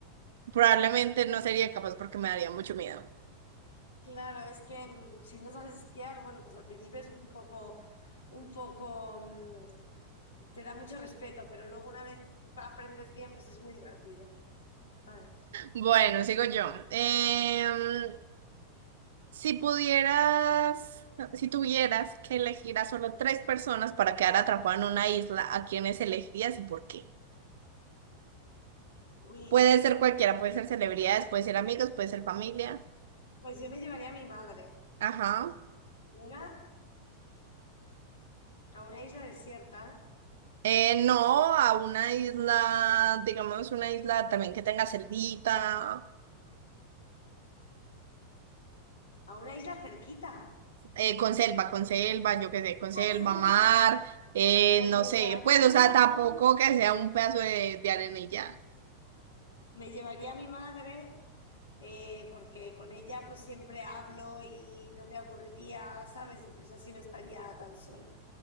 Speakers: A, on the right (about 60°); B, on the left (about 65°).
A: probablemente no sería capaz porque me daría mucho miedo.
B: claro, es que mm, si no sabes esquiar, bueno, pues al principio es un poco, un poco, mm, te da mucho respeto, pero luego una vez aprendes bien, pues es muy divertido, ¿sabes?
A: Bueno, sigo yo. Em, si pudieras, si tuvieras que elegir a solo tres personas para quedar atrapado en una isla, ¿a quiénes elegirías y por qué?
B: Uy,
A: Puede ser cualquiera, puede ser celebridades, puede ser amigos, puede ser familia.
B: pues yo me llevaría a mi madre,
A: Ajá.
B: una, a una isla desierta,
A: Eh, no, a una isla, digamos una isla también que tenga selvita,
B: a una isla cerquita.
A: eh, con selva, con selva, yo qué sé, con
B: Una
A: selva,
B: selva,
A: mar, eh,
B: pues
A: no
B: me
A: sé,
B: llevaría
A: pues,
B: a mi
A: o sea,
B: madre,
A: tampoco que sea un pedazo de, de arena y ya.
B: me llevaría a mi madre, eh, porque con ella pues siempre hablo y no me aburriría, ¿sabes? Entonces así no estaría tan sola.